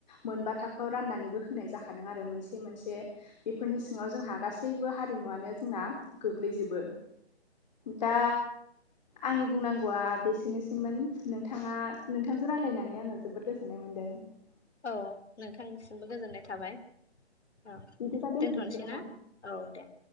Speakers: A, on the left; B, on the left.
A: मोनबा थाखोआव राननानैबो होनाय जाखादों आरो मोनसे मोनसे बेफोरनि सिङाव जोंहा गासैबो हारिमु। वानो जोंना गोग्लैजोबो दा आंनि बुंनांगौआ बेसेनोसैमोन नोंथाङा नोंथांजों रायज्लायनानै आङो जोबोद गोजोननाय मोनदों। <unintelligible>
B: औ नोंथांनिसिमबो गोजोननाय। थाबाय औ
A: बिदिबा
B: दोनथ'नोसै
A: नामा
B: ना औ दे।